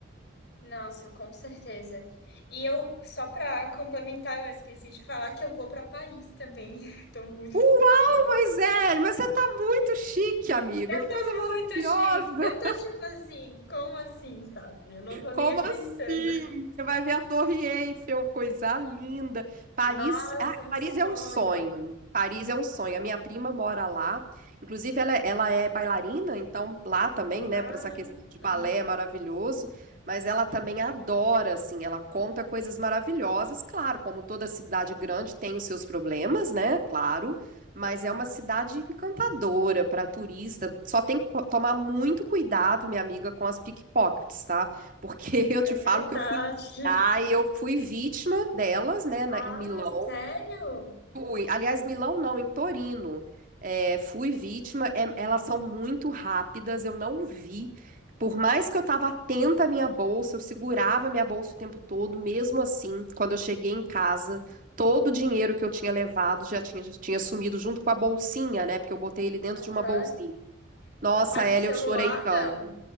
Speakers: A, on the left (about 55°); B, on the right (about 40°).
A: Nossa, com certeza. E eu, só para complementar, eu esqueci de falar que eu vou para Paris também. <laughs> Tô muito
B: Uau,
A: ansiosa.
B: Moisés, mas você tá muito chique, amiga.
A: Eu
B: Que
A: tô
B: coisa maravilhosa!
A: muito chique. Eu tô tipo assim, como assim, sabe? Eu não tô nem
B: Como
A: acreditando.
B: assim? Você vai ver a Torre Eiffel, coisa linda. Paris,
A: Nossa,
B: ah,
A: um
B: Paris
A: sonho.
B: é um sonho. Paris é um sonho. A minha prima mora lá. Inclusive, ela, ela é bailarina, então lá também, né,
A: Ah,
B: para essa questão de balé
A: uhum.
B: é maravilhoso. Mas ela também adora, assim, ela conta coisas maravilhosas. Claro, como toda cidade grande tem os seus problemas, né? Claro. Mas é uma cidade encantadora para turista. Só tem que co- tomar muito cuidado, minha amiga, com as pickpockets, tá? Porque <laughs> eu te
A: É verdade.
B: falo que eu fui. Ah, eu fui vítima delas, né, na-
A: Ah,
B: em Milão.
A: sério?
B: Fui. Aliás, Milão não, em Torino. É, fui vítima. É- elas são muito rápidas, eu não vi. Por mais que eu estava atenta à minha bolsa, eu segurava a minha bolsa o tempo todo, mesmo assim, quando eu cheguei em casa, todo o dinheiro que eu tinha levado já tinha, já tinha sumido junto com a bolsinha, né? Porque eu botei ele dentro
A: Aham.
B: de uma bolsinha. Nossa,
A: Mas
B: Hélia,
A: o celular,
B: eu chorei tanto.
A: não.